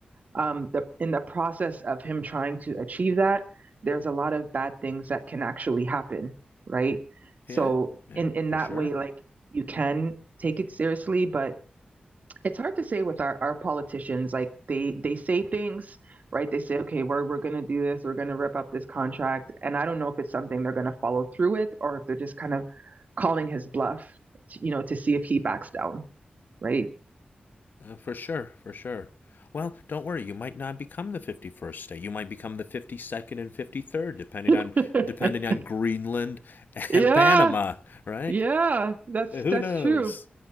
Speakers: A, on the right; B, on the left.
A: um, the in the process of him trying to achieve that, there's a lot of bad things that can actually happen, right? So
B: Yeah, yeah,
A: in in
B: for
A: that
B: sure.
A: way, like you can take it seriously, but it's hard to say with our, our politicians like they they say things right they say okay we're, we're going to do this we're going to rip up this contract and i don't know if it's something they're going to follow through with or if they're just kind of calling his bluff to, you know to see if he backs down right
B: Uh, for sure, for sure. Well, don't worry, you might not become the 51st state. You might become the 52nd and 53rd depending
A: <laughs>
B: on depending on Greenland
A: yeah
B: and Panama, right?
A: yeah that's
B: Who
A: that's
B: knows?
A: true